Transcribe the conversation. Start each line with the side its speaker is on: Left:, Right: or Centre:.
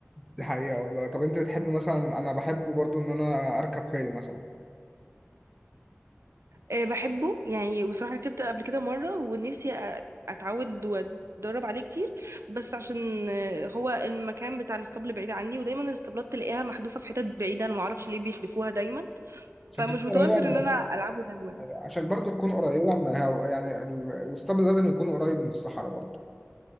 Centre: دي حقيقه والله طب انت بتحب مثلا انا بحب برضو ان انا اركب خيل مثلا
Right: آه، بحبه يعني وصراحة ركبت قبل كده مرة ونفسي أ- أتعود وأتدرب عليه كتير بس عشان آه، هو المكان بتاع الاسطبل بعيد عني ودايما الاسطبلات تلاقيها محذوفة في حتت بعيدة أنا معرفش ليه بيحذفوها دايما
Centre: عشان
Right: فمش
Centre: تكون
Right: متوفر
Centre: قريبه
Right: إن أنا ألعبه دايما
Centre: من- عشان برضو تكون قريبه من هو... يعني ال- الاسطبل لازم يكون قريب من الصحراء برضو